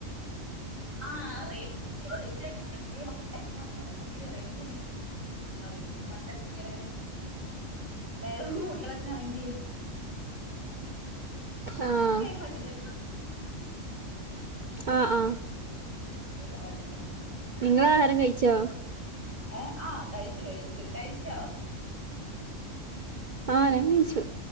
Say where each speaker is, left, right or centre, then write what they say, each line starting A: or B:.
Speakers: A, on the right; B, on the right.
A: ആഹ് <unintelligible> റെയിഞ്ചന്നെ ണ്ടാ വെ മഴ ഇങ്ങനെ മേഘം മൂടിയത് ഒക്കെ ആണെങ്കില്
B: ആഹ്
A: ഇപ്പം കേൾക്കാൻ പറ്റുന്നുണ്ടോ
B: ആഹ് ആഹ്
A: കേൾക്കാൻ പറ്റുന്നുണ്ടോ
B: നിങ്ങള് ആഹാരം കഴിച്ചോ
A: ഏഹ് ആഹ് കഴിച്ചു കഴിച്ചു കഴിച്ചോ
B: ആഹ് ഞാ കയിച്ചു